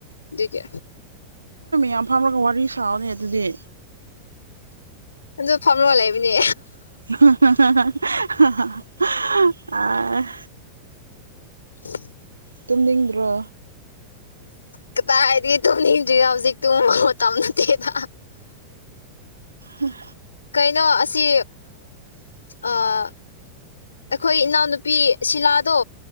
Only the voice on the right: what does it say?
ꯌꯥꯝ ꯐꯝꯔꯒ ꯋꯥꯔꯤ ꯁꯥꯎꯅꯦ ꯑꯗꯨꯗꯤ
<unintelligible>
ꯇꯨꯝꯅꯤꯡꯗ꯭ꯔꯣ
ꯎꯝ